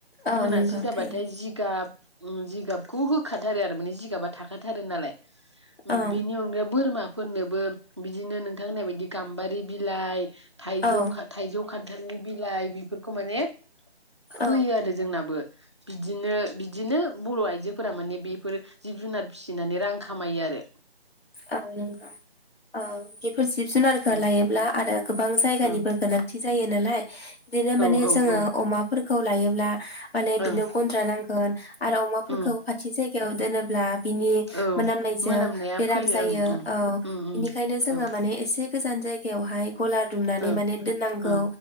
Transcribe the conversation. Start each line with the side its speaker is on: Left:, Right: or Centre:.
Left: औ
Right: मोनासे
Left: नंगौ
Right: जाबाथाय
Left: थायो
Right: जिगाब जिगाबखौ होखाथारो आरो माने जिगाबा थाखाथारो नालाय।
Left: औ
Right: बिनि अनगायै बोरमा फोरनोबो बिदिनो नोंथां होननाय बायदि गाम्बारि बिलाइ थाइजौ
Left: औ
Right: खा थाइजौ खान थालनि बिलाइ बेफोरखौ माने होयो
Left: औ
Right: आरो जोंनाबो। बिदिनो बिदिनो बर' आइजोफोरा माने बेफोर जिब जुनार फिसिनानै रां खामायो आरो।
Left: औ नंगौ औ बेफोर जिब जुनारखो
Right: उम
Left: लायोब्ला आरो गोबां जायगानिबो
Right: ओं
Left: गोनांथि जायो नालाय बिदिनो माने
Right: औ
Left: जोङो
Right: औ
Left: अमाफोरखौ लायोब्ला, माने बिनो
Right: ओं
Left: गन्द्रा नांगोन आरो अमाफोरखौ
Right: उम
Left: खाथि जायगायाव दोनोब्ला बिनि
Right: औ
Left: मोनामनायजों
Right: मोनामनाया
Left: बेराम
Right: फैयो
Left: जायो
Right: ओं
Left: औ
Right: उम उम
Left: बेनिखायनो जोङो
Right: उम
Left: माने एसे गोजान जायगायावहाय गलार दुमनानै
Right: औ
Left: माने दोननांगौ
Right: ओं